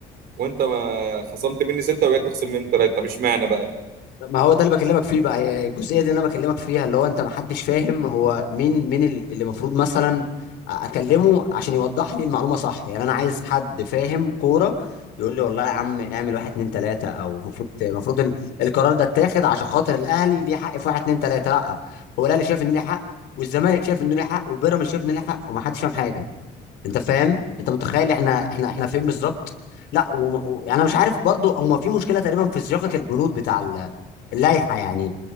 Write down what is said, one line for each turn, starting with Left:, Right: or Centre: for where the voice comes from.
Right: وأنت ما خصمت مني ستة وجاي تخصم مني ثلاثة طب اشمعنى بقى؟
Left: ما هو ده اللي بكلمك فيه بقى هي الجزئيه دي اللي انا بكلمك فيها اللي هو انت ما حدش فاهم هو مين مين ال- اللي المفروض مثلا اكلمه عشان يوضح لي المعلومه صح يعني انا عايز حد فاهم كوره يقول لي والله يا عم اعمل واحد اتنين تلاته او المفروض المفروض ال- القرار ده اتاخد عشان خاطر الاهلي ليه حق في واحد اتنين تلاته لا هو الاهلي شايف ان ليه حق والزمالك شايف ان ليه حق وبيراميدز شايف ان ليه حق وما حدش فاهم حاجه انت فاهم انت متخيل احنا احنا احنا فين بالظبط لا وم... و... يعني انا مش عارف برضو هما في مشكله تقريبا في صياغه البنود بتاع ال- اللائحه يعني